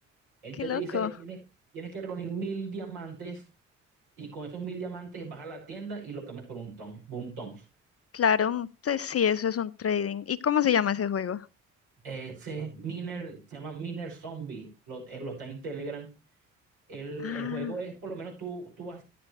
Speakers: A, on the right; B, on the left.
A: él
B: qué
A: te
B: loco.
A: dice, tienes, tienes que reunir mil diamantes y con esos mil diamantes vas a la tienda y lo cambias por un ton, por un tons.
B: Claro, entonces sí, eso es un trading. ¿Y cómo se llama ese juego?
A: Ese miner, se llama Miner Zombie, lo, él lo está en Telegram. El,
B: Ah.
A: el juego es, por lo menos tú, tú vas